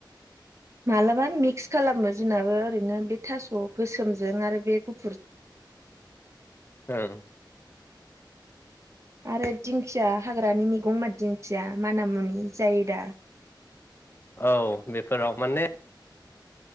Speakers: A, on the right (about 40°); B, on the left (about 30°).
A: <inaudible> मालाबा मिक्स खालामो। जोंनाबो ओरैनो बे थास' गोसोमजों आरो बे गु
B: ओं।
A: आरो दिंखिया हाग्रानि मैगं मा दिंखिया माना मुनि जायो दा?
B: औ बेफोराव माने